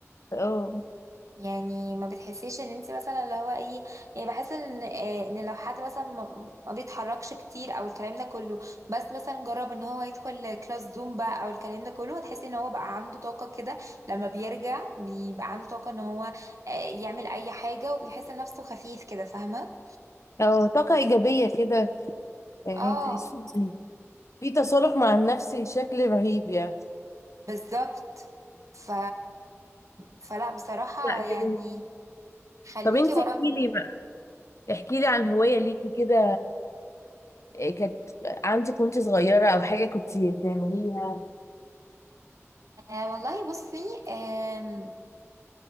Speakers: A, on the left; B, on the right.
A: اه
B: يعني ما بتحسيش ان انت مثلا اللي هو ايه يعني بحس ان آه، ان لو حد مثلا ما ما بيتحركش كتير او الكلام ده كله بس مثلا جرب ان هو يدخل كلاس زومبا او الكلام ده كله هتحسي ان هو بقى عنده طاقة كده لما بيرجع بيبقى عنده طاقة ان هو آه، يعمل اي حاجة وبيحس نفسه خفيف كده فاهمة
A: اه طاقة ايجابية كده يعني
B: اه
A: تحس إن في تصالح مع النفس بشكل رهيب يعني
B: بالظبط ف فلا بصراحة
A: لا جميل
B: يعني خليكي
A: طب انت
B: ورا
A: احكي لي بقى احكي لي عن هواية ليكي كده إيه كانت عندك وانت صغيرة او حاجة كنت بتعمليها
B: آه والله بصي آم،